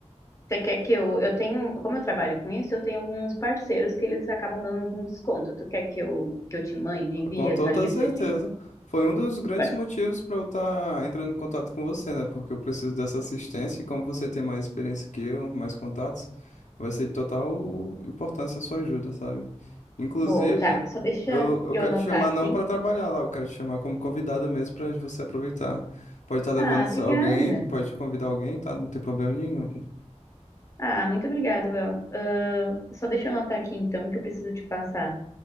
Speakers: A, on the left; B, on the left.
A: Você quer que eu, eu tenho, como eu trabalho com isso, eu tenho alguns parceiros que eles acabam dando algum desconto. Tu quer que eu, que eu te mande, envie
B: Com
A: essa
B: toda
A: lista
B: certeza.
A: de,
B: Foi um dos grandes
A: de parceiros?
B: motivos para eu estar entrando em contato com você, né? Porque eu preciso dessa assistência e como você tem mais experiência que eu, mais contatos, vai ser de total importância a sua ajuda, sabe? Inclusive,
A: Boa, tá, só deixa
B: eu, eu
A: eu
B: quero
A: anotar
B: te chamar
A: aqui.
B: não para trabalhar lá, eu quero te chamar como convidada mesmo para você aproveitar. Pode estar levando
A: Ah, obrigada.
B: alguém, pode convidar alguém, tá? Não tem problema nenhum.
A: Ah, muito obrigada, Bel. Ah, só deixa eu anotar aqui então que eu preciso te passar.